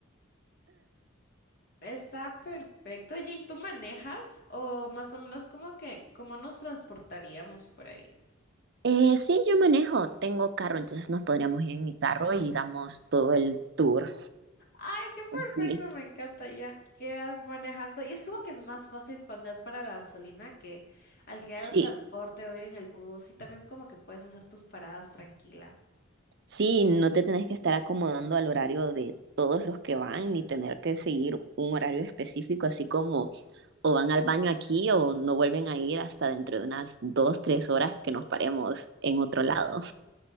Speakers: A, on the left; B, on the right.
A: Está perfecto. Oye, ¿y tú manejas o más o menos como que cómo nos transportaríamos por ahí?
B: Eh, sí, yo manejo, tengo carro, entonces nos podríamos ir en mi carro y damos todo el tour
A: Ay, qué
B: completo.
A: perfecto, me encanta ya. Quedas manejando. Y es como que es más fácil poner para la gasolina que alquilar
B: Sí,
A: un transporte o ir en el bus. Y también como que puedes hacer tus paradas tranquila.
B: sí, no te tenés que estar acomodando al horario de todos los que van ni tener que seguir un horario específico, así como o van al baño aquí o no vuelven a ir hasta dentro de unas dos, tres horas que nos paremos en otro lado.